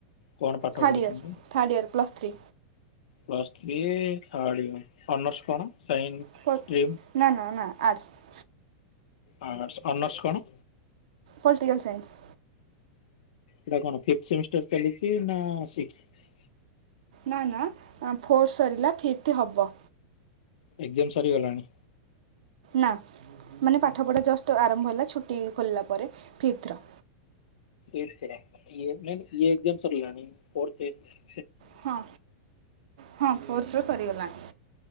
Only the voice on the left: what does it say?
କଣ ପାଠ
ପଢୁଛନ୍ତି?
plus three <unintelligible> honours କଣ? ସାଇନ୍ସ
ଷ୍ଟ୍ରିମ୍?
ଆର୍ଟ୍ସ। ଅନର୍ସ କଣ?
ଏଇଟା କଣ ଫିଫ୍ଥ ସେମିଷ୍ଟର ଚାଲିଚି ନା ସିକ୍ସଥ?
ଏକ୍ଜାମ ସରିଗଲାଣି?
ଏକ୍ସ ର ଏ ନାଇଟ ଏ ଏକ୍ଜାମ ସରିଲାଣି ଫୋର୍ଥ ଏ